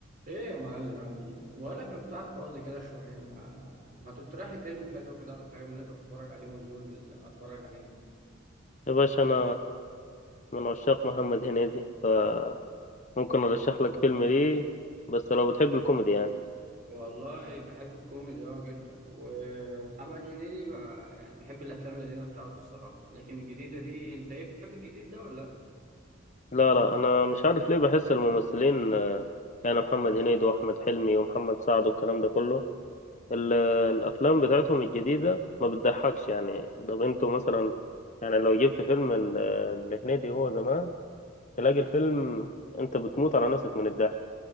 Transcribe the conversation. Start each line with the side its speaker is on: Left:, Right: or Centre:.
Right: ايه يا معلم عامل ايه؟ بقول لك انا كنت قاعد فاضي كده شويه ما ما تقترح لي فيلم حلو كده ولا حاجه من اللي انت بتتفرج عليهم دول اتفرج عليه
Left: يا باشا أنا من عشاق محمد هنيدي فممكن أرشح لك فيلم ليه بس لو بتحب الكوميدي يعني
Right: والله بحب الكوميدي اه جدا و- ومحمد هنيدي بقى يعني بحب الافلام القديمه بتاعته الصراحه لكن الجديده دي انت ايه بتحب الجديد ده ولا لا؟
Left: لا لا أنا مش عارف ليه بحس الممثلين آه، يعني محمد هنيدي وأحمد حلمي ومحمد سعد والكلام ده كله ال- الأفلام بتاعتهم الجديدة ما بتضحكش يعني طب أنتوا مثلا يعني لو جبت فيلم ال- لهنيدي هو زمان تلاقي الفيلم أنت بتموت على نفسك من الضحك